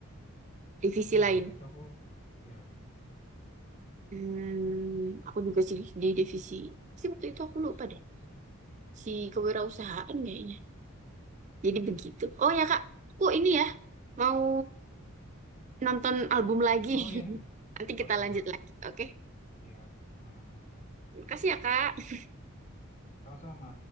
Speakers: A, on the right (about 35°); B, on the left (about 30°).
A: divisi
B: Ya,
A: lain.
B: waktu itu aku, ya,
A: Hmm, aku juga sih di divisi. Sih waktu
B: kalau
A: itu
B: nggak
A: aku
B: salah.
A: lupa deh. Si kewirausahaan kayaknya. Jadi begitu. Oh ya, Kak. Aku ini ya, mau nonton album lagi. <laughs>
B: Oh iya,
A: Nanti kita
B: Oke,
A: lanjut
B: oke, oke.
A: lagi, oke?
B: Siap, aman.
A: Makasih ya, Kak.
B: Sama-sama.